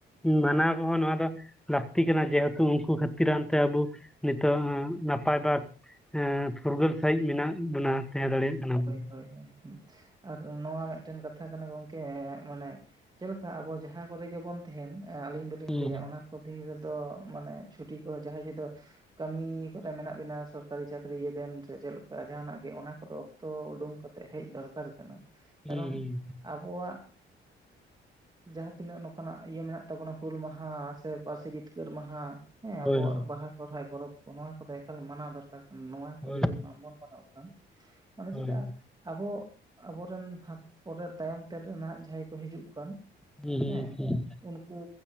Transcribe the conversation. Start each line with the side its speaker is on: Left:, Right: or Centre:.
Centre: ᱢᱟᱱᱟᱣ ᱠᱚᱦᱚᱸ ᱱᱚᱣᱟ ᱫᱚ ᱞᱟᱹᱠᱛᱤ ᱠᱟᱱᱟ ᱡᱮᱦᱮᱛᱩ ᱩᱱᱠᱩ ᱠᱷᱟᱹᱛᱤᱨ ᱟᱱᱛᱮ ᱟᱵᱚ ᱱᱤᱛᱚᱜ ᱱᱟᱯᱟᱭ ᱵᱟᱨ ᱦᱮᱸ ᱯᱷᱩᱨᱜᱟᱹᱞ ᱥᱟᱺᱦᱤᱡ ᱢᱮᱱᱟᱜ ᱵᱚᱱᱟ ᱛᱟᱦᱮᱸ ᱫᱟᱲᱮᱭᱟᱜ ᱠᱟᱱᱟ ᱵᱚᱱ
Right: ᱦᱳᱭ ᱦᱳᱭ ᱟᱨ ᱚᱱ ᱱᱚᱣᱟ ᱢᱤᱫᱴᱮᱱ ᱠᱟᱛᱷᱟ ᱠᱟᱱᱟ ᱜᱚᱝᱠᱮ ᱢᱟᱱᱮ ᱪᱮᱫ ᱞᱮᱠᱟ ᱟᱵᱚ ᱡᱟᱦᱟᱸ ᱠᱚᱨᱮ ᱜᱮᱵᱚᱱ ᱛᱟᱦᱮᱱ ᱟᱞᱤᱧ ᱫᱚ ᱞᱤᱧ
Centre: ᱦᱩᱸ
Right: ᱞᱟᱹᱭᱟ ᱚᱱᱟ ᱠᱚ ᱫᱤᱱ ᱨᱮᱫᱚ ᱢᱟᱱᱮ ᱪᱷᱩᱴᱤ ᱠᱚ ᱡᱟᱦᱟᱸᱭ ᱡᱩᱫᱟ ᱠᱟᱹᱢᱤ ᱠᱚᱨᱮ ᱢᱮᱱᱟᱜ ᱵᱤᱱᱟ ᱥᱚᱨᱠᱟᱨᱤ ᱪᱟᱹᱠᱨᱤᱭᱟ ᱵᱮᱱ ᱥᱮ ᱪᱮᱫ ᱞᱮᱠᱟ ᱡᱟᱦᱟᱸᱱᱟᱜ ᱜᱮ ᱚᱱᱟ ᱠᱚᱫᱚ ᱚᱠᱛᱚ ᱩᱰᱩᱝ ᱠᱟᱛᱮᱫ ᱦᱮᱡ ᱫᱚᱨᱠᱟᱨ ᱠᱟᱱᱟ
Centre: ᱦᱩᱸ
Right: ᱠᱟᱨᱚᱱ
Centre: ᱦᱩᱸ
Right: ᱟᱵᱚᱣᱟᱜ ᱡᱟᱦᱟᱸ ᱛᱤᱱᱟᱹᱜ ᱱᱚᱝᱠᱟᱱᱟᱜ ᱤᱭᱟᱹ ᱢᱮᱱᱟᱜ ᱛᱟᱵᱚᱱᱟ ᱦᱩᱞ ᱢᱟᱦᱟ ᱥᱮ ᱯᱟᱹᱨᱥᱤ ᱡᱤᱛᱠᱟᱹᱨ ᱢᱟᱦᱟ ᱦᱮᱸ
Centre: ᱦᱳᱭ
Right: ᱟᱵᱚᱣᱟᱜ
Centre: ᱦᱳᱭ
Right: ᱵᱟᱦᱟ ᱥᱚᱨᱚᱦᱟᱭ ᱯᱚᱨᱚᱵᱽ ᱠᱚ ᱱᱚᱣᱟ ᱠᱚᱫᱚ ᱮᱠᱟᱞ ᱢᱟᱱᱟᱣ ᱫᱚᱨᱠᱟᱨ ᱠᱟᱱᱟ ᱱᱚᱣᱟ ᱠᱚ
Centre: ᱦᱳᱭ
Right: ᱡᱩᱫᱤ ᱵᱟᱝᱵᱚᱱ ᱢᱟᱱᱟᱣ ᱠᱷᱟᱱ ᱢᱟᱱᱮ
Centre: ᱦᱳᱭ
Right: ᱪᱤᱠᱟᱹᱜᱼᱟ ᱟᱵᱚ ᱟᱵᱚ ᱨᱮᱱ ᱦᱟ ᱯᱚᱨᱮ ᱛᱟᱭᱚᱢ ᱛᱮᱫ ᱨᱮ ᱱᱟᱦᱟᱜ ᱡᱟᱦᱟᱸᱭ ᱠᱚ ᱦᱤᱡᱩᱜ ᱠᱚᱣᱟ
Centre: ᱦᱩᱸ
Right: ᱦᱮᱸ
Centre: ᱦᱩᱸ
Right: ᱩᱱᱠᱩ